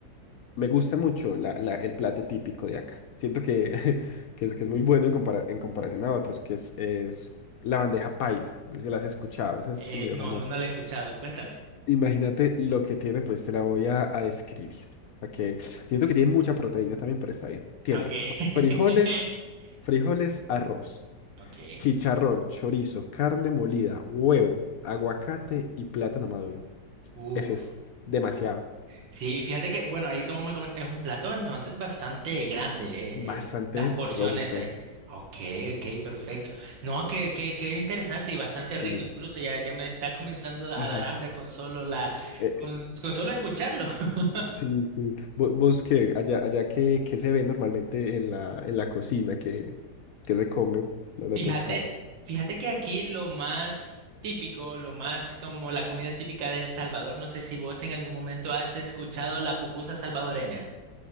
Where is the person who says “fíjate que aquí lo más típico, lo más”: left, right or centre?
Right